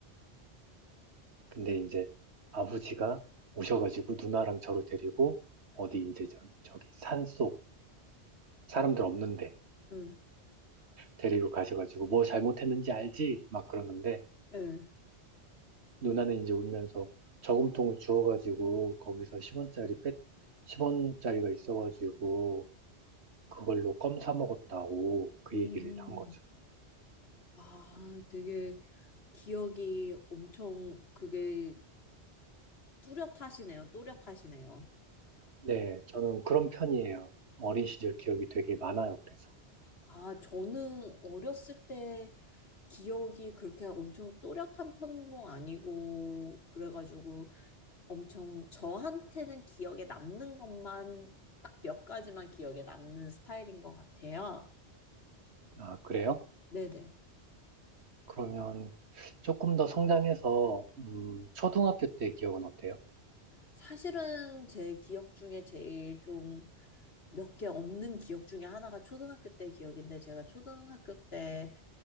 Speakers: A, on the right; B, on the left.
A: 근데 이제 아버지가 오셔가지고 누나랑 저를 데리고 어디 이제 저, 저기 산속 사람들 없는데
B: 응,
A: 데리고 가셔가지고 뭐 잘못했는지 알지? 막 그러는데
B: 네.
A: 누나는 이제 울면서 저금통을 주워가지고 거기서 십원짜리 뺏 10원짜리가 있어가지고 그걸로 껌 사 먹었다고 그
B: 음.
A: 얘기를 한 거죠.
B: 아, 되게 기억이 엄청 그게 뚜렷하시네요. 또렷하시네요.
A: 네, 저는 그런 편이에요. 어린 시절 기억이 되게 많아요, 그래서.
B: 아, 저는 어렸을 때 기억이 그렇게 엄청 또렷한 편도 아니고, 그래가지고 엄청 저한테는 기억에 남는 것만 딱 몇 가지만 기억에 남는 스타일인 것 같아요.
A: 아, 그래요?
B: 네네.
A: 그러면 조금 더 성장해서 음, 초등학교 때 기억은 어때요?
B: 사실은 제 기억 중에 제일 좀 몇 개 없는 기억 중에 하나가 초등학교 때 기억인데, 제가 초등학교 때